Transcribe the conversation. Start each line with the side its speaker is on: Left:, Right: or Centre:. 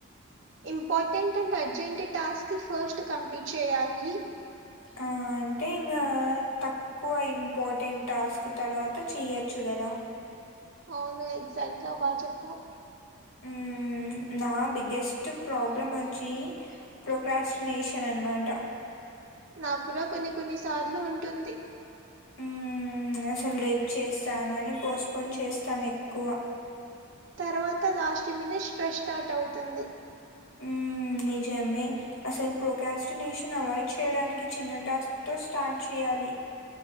Right: important and urgent task first complete చేయాలి
Left: ఆ అంటే ఇంకా తక్కువ ఇంపార్టెంట్ టాస్క్ తర్వాత చేయ్యచ్చు కదా
Right: అవును ఎగ్జాక్ట్ గా బాగా చెప్పావు
Left: ఉమ్ నా బిగ్గెస్ట్ ప్రాబ్లం వచ్చి ప్రొక్రాస్టినేషన్ అన్నమాట
Right: నాకు కూడా కొన్ని కొన్ని సార్లు ఉంటుంది
Left: ఉమ్ అసలు రేపు చేస్తాను అని పోస్ట్పోన్ చేస్తాను ఎక్కువ
Right: తర్వాత లాస్ట్ మినిట్ స్ట్రెస్ స్టార్ట్ అవుతుంది
Left: ఉమ్ మ్ నిజమే అసలు ప్రోకాస్టినేషన్ అవాయిడ్ చేయడానికి చిన్న టాస్క్ తో స్టార్ట్ చే యాలి